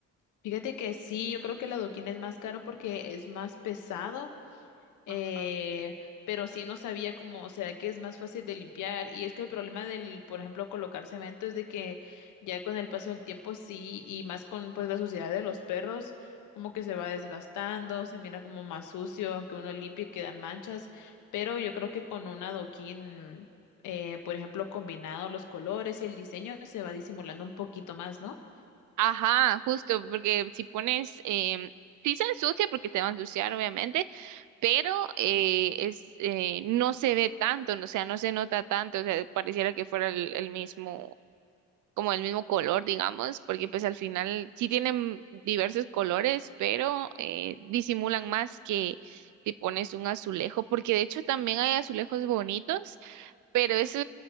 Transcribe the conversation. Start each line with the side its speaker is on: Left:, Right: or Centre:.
Left: Fíjate que sí, yo creo que el adoquín es más caro porque es más pesado eh,
Right: Ajá.
Left: pero sí no sabía cómo, será que es más fácil de limpiar. Y es que el problema del, por ejemplo, colocar cemento es de que ya con el paso del tiempo sí, y más con pues la suciedad de los perros, como que se va desgastando, se mira como más sucio, aunque uno limpie y quedan manchas. Pero yo creo que con un adoquín, eh, por ejemplo, combinado los colores y el diseño, se va disimulando un poquito más, ¿no?
Right: Ajá, justo, porque si pones, em, sí se ensucia porque te va a ensuciar, obviamente, pero eh, es, eh, no se ve tanto, no, o sea, no se nota tanto, o sea, pareciera que fuera el, el mismo, como el mismo color, digamos, porque pues al final sí tienen diversos colores, pero eh, disimulan más que si pones un azulejo, porque de hecho también hay azulejos bonitos, pero eso